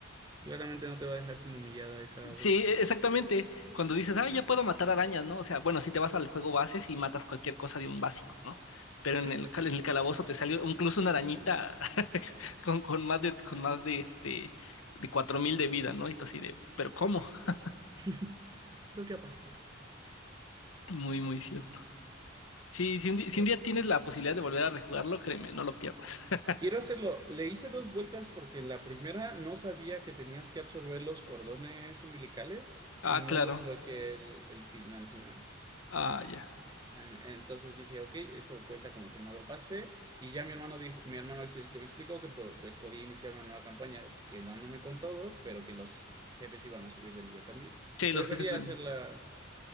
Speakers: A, on the right (about 20°); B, on the left (about 85°).
A: Claramente no te va a dejar sin humillada el calabozo.
B: Sí, e- exactamente. Cuando dices, ah, ya puedo matar arañas, ¿no? O sea, bueno, si te vas al juego base y matas cualquier cosa de un básico, ¿no? Pero
A: Sí,
B: en el,
A: Jack.
B: cal- en el calabozo te salió incluso una arañita <laughs> con, con más de, con más de este, de 4000 de vida, ¿no? Y tú así de, ¿pero cómo? <laughs>
A: <laughs> Pero ¿qué ha pasado?
B: Muy, muy cierto. Sí, si un, di- si
A: Claro.
B: un día tienes la posibilidad de volver a rejugarlo, créeme, no lo pierdas. <laughs>
A: Quiero hacerlo. Le hice dos vueltas porque en la primera no sabía que tenías que absorber los cordones umbilicales
B: Ah,
A: y no
B: claro.
A: desbloqueé el, el final final.
B: Ah, ya.
A: En- Entonces dije, ok, eso cuenta como que no lo pasé. Y ya mi hermano, dijo, mi hermano es el que me explicó que po- pues podía iniciar una nueva campaña quedándome con todo, pero que los jefes iban a subir de nivel también.
B: Sí,
A: Prefería
B: los jefes son...
A: hacerla